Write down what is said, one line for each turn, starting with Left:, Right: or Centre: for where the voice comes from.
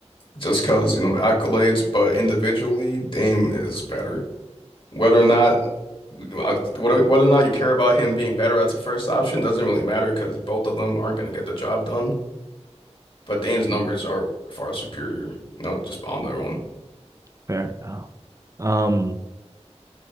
Left: just 'cause you know the accolades, but individually Dame is better. Whether or not uh, whether whether or not you care about him being better as a first option doesn't really matter because both of them aren't going to get the job done. But Dame's numbers are far superior, you know, just on their own.
Right: Fair enough. Um,